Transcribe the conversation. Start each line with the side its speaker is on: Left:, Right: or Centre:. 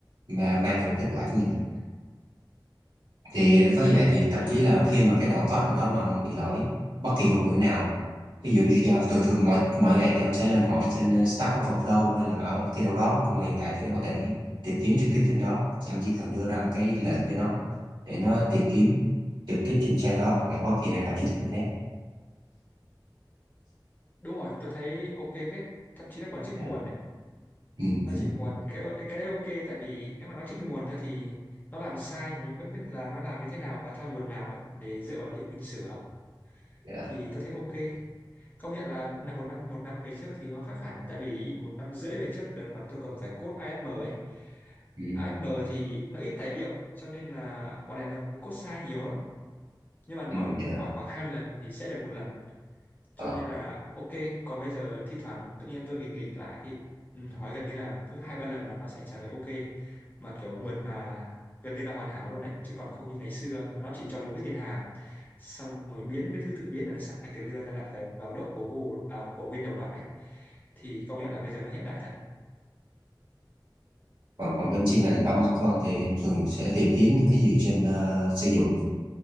Right: mà mang về kết quả cho mình thì với vậy thì thậm
Left: Ừ,
Right: chí là khi mà cái đoạn code nào đó mà ông bị lỗi bất kỳ ngôn ngữ nào ví dụ khi à, thường thường mọi mọi ngày thì ông sẽ lên hỏi trên ờ, Stack Overflow hay là ở bất kỳ đâu đó nhưng mà hiện tại thì nó có thể tìm kiếm trực tiếp trên đó Chứ ông chỉ cần đưa ra một cái lệnh cho nó để nó tìm kiếm trực tiếp trên trang đó hoặc là bất kỳ nơi nào trên internet
Left: đúng rồi. Tôi thấy ok phết. Thậm chí nó còn trích
Right: Dạ.
Left: nguồn đấy.
Right: ừ,
Left: Nó
Right: đúng
Left: trích
Right: rồi
Left: nguồn cái cái đấy ok tại vì nếu mà nó trích nguồn ra thì nó làm sai mình mới biết là nó làm như thế nào và theo nguồn nào ấy để dựa vào đấy mình sửa.
Right: Dạ.
Left: thì tôi thấy ok công nhận là là một năm một năm về trước thì nó khác hẳn tại vì một năm rưỡi về trước đợt mà tôi còn phải code ASM ấy
Right: ừ,
Left: ASM thì nó ít tài liệu cho nên là bọn này nó code sai nhiều lắm nhưng mà nói
Right: ừ, dạ.
Left: hỏi khoảng 20 lần thì sẽ được một lần
Right: Ờ.
Left: cho nên là ok còn bây giờ thi thoảng tự nhiên tôi nghịch nghịch lại thì ừ, hỏi gần như là cứ hai ba lần là nó sẽ trả lời ok mà kiểu mượt mà gần như là hoàn hảo luôn đấy chứ còn không như ngày xưa là nó chỉ cho đúng cái tên hàm xong rồi biến với thứ tự biến là sai từ lưa ra lại phải vào đốc của Google à, của Windows đọc ấy thì công nhận là bây giờ nó hiện đại thật
Right: còn còn bên chuyên ngành bảo mật của ông thì em thường sẽ tìm kiếm những cái gì trên ờ, sử dụng